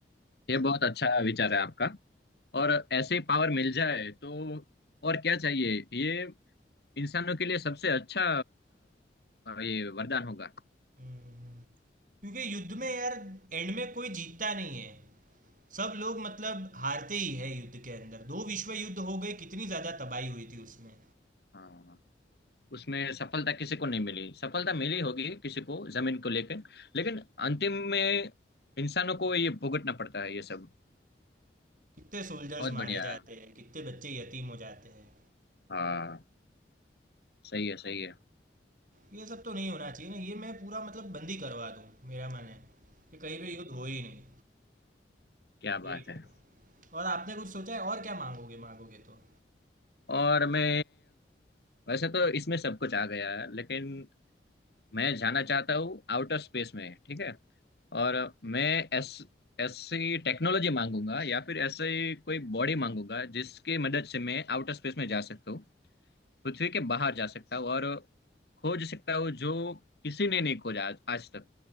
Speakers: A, on the left; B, on the right.
A: ये बहुत अच्छा विचार है आपका और ऐसे पावर मिल जाए तो और क्या चाहिए ये इंसानों के लिए सबसे अच्छा अ, ये वरदान होगा
B: हम्म, क्योंकि युद्ध में यार एंड में कोई जीतता नहीं है सब लोग मतलब हारते ही है युद्ध के अंदर दो विश्व युद्ध हो गए कितनी ज्यादा तबाही हुई थी उसमें
A: हाँ उसमें सफलता किसी को नहीं मिली सफलता मिली होगी किसी को जमीन को लेकर लेकिन अंतिम में इंसानों को ये भुगतना पड़ता है ये सब
B: कितने सोल्जर्स
A: बहुत
B: मारे
A: बढ़िया
B: जाते
A: है
B: हैं कितने बच्चे यतीम हो जाते हैं
A: हाँ सही है सही है
B: ये सब तो नहीं होना चाहिए ना ये मैं पूरा मतलब बंदी करवा दूं मेरा मन है कि कहीं पे युद्ध हो ही नहीं
A: क्या बात
B: ये हो
A: है
B: और आपने कुछ सोचा है और क्या मांगोगे मांगोगे तो
A: और मैं वैसे तो इसमें सब कुछ आ गया है लेकिन मैं जाना चाहता हूँ आउटर स्पेस में ठीक है और मैं ऐस ऐसी टेक्नोलॉजी मांगूंगा या फिर ऐसी कोई बॉडी मांगूंगा जिसकी मदद से मैं आउटर स्पेस में जा सकता हूँ पृथ्वी के बाहर जा सकता हूँ और खोज सकता हूँ जो किसी ने नहीं खोजा आज आज तक